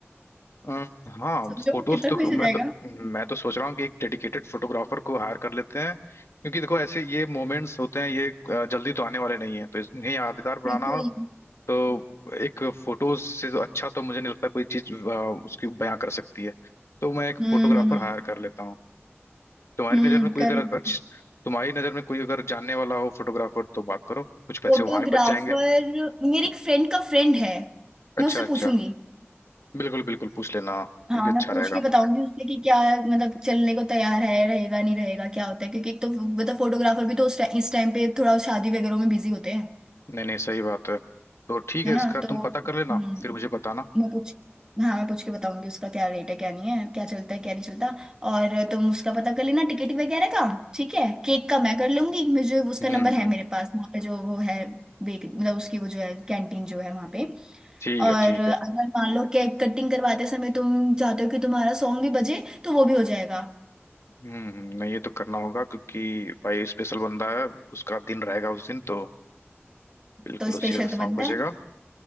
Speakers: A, on the left (about 75°); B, on the right (about 15°).
A: अ, हाँ
B: सोचो
A: फोटोज
B: कितना
A: तो
B: खुश
A: मैं
B: हो जाएगा
A: तो मैं तो सोच रहा हूँ कि एक डेडिकेटेड फोटोग्राफर को हायर कर लेते हैं क्योंकि देखो ऐसे ये मोमेंट्स होते हैं ये अ, जल्दी तो आने वाले नहीं है तो इन्हें यादगार बनाना
B: बिल्कुल
A: हो तो एक फोटोज से तो अच्छा तो मुझे नहीं लगता कोई चीज उसकी बयां कर सकती है तो मैं एक
B: हम्म
A: फोटोग्राफर
B: हम्म
A: हायर कर लेता हूँ तुम्हारी
B: हम्म,
A: नजर में कोई
B: कर
A: अगर
B: लो
A: अच्छ, तुम्हारी नजर में कोई अगर जानने वाला हो फोटोग्राफर तो बात करो कुछ पैसे
B: फोटोग्राफर
A: वहां भी बच जाएंगे
B: मेरे एक फ्रेंड का फ्रेंड है
A: अच्छा
B: मैं उससे
A: अच्छा
B: पूछूंगी
A: बिल्कुल बिल्कुल पूछ लेना क्योंकि
B: हाँ मैं
A: अच्छा
B: पूछ
A: रहेगा
B: के बताऊंगी उससे कि क्या मतलब चलने को तैयार है रहेगा नहीं रहेगा क्या होता है क्योंकि एक तो मतलब फोटोग्राफर भी तो उस टाइम इस टाइम पे थोड़ा शादी वगैरह में बिजी होते हैं
A: नहीं नहीं सही बात है तो ठीक
B: है
A: है
B: ना
A: इसका
B: तो
A: तुम पता कर लेना
B: हम्म
A: फिर मुझे बताना
B: मैं पूछ हाँ मैं पूछ के बताऊंगी उसका क्या रेट है क्या नहीं है क्या चलता है क्या नहीं चलता और तुम उसका पता कर लेना टिकट वगैरह का ठीक है केक का मैं कर लूंगी मुझे उसका
A: हम्म
B: नंबर है मेरे पास वहाँ पे जो वो है बेक मतलब उसकी वो जो है कैंटीन जो है वहाँ पे
A: ठीक
B: और
A: है ठीक
B: अगर
A: है
B: मान लो केक कटिंग करवाते समय तुम चाहते हो कि तुम्हारा सॉन्ग भी बजे तो वो भी हो जाएगा
A: हम्म नहीं ये तो करना होगा क्योंकि भाई स्पेशल बंदा है उसका दिन रहेगा उस दिन तो बिल्कुल
B: तो स्पेशल
A: उसी का
B: तो
A: सॉन्ग
B: बनता
A: बजेगा
B: है